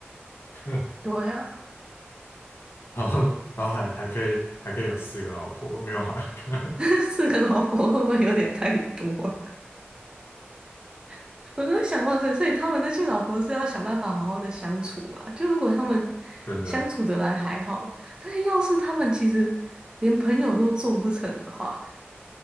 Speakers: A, on the left; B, on the right.
A: <laughs>
B: 对啊，
A: 然后然后还还可以还可以有四个老婆，没有啊，<laughs>
B: <laughs> 四个老婆会不会有点太多啊 <laughs> 我在想，哇塞，所以他们那些老婆是要想办法好好的相处嘛？就如果他们
A: 真的。
B: 相处得来还好，但是要是他们其实连朋友都做不成的话，